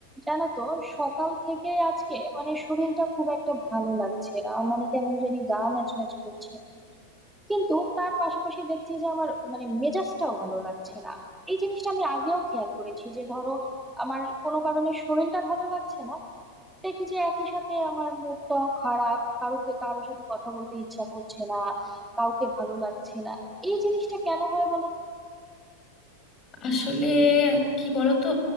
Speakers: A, in the centre; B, on the left (about 30°).
A: জানো তো সকাল থেকে আজকে মানে শরীরটা খুব একটা ভালো লাগছে না মানে কেমন জানি গা ম্যাচ ম্যাচ করছে কিন্তু তার পাশাপাশি দেখছি যে আমার মানে মেজাজটাও ভালো লাগছে না এই জিনিসটা আমি আগেও খেয়াল করেছি যে ধরো আমার কোনো কারণে শরীরটা ভালো লাগছে না দেখি যে একই সাথে আমার মুডটাও খারাপ কারোকে কারোর সাথে কথা বলতে ইচ্ছা করছে না কাউকে ভালো লাগছে না এই জিনিসটা কেন হয় বলো তো
B: আসলে কি বলতো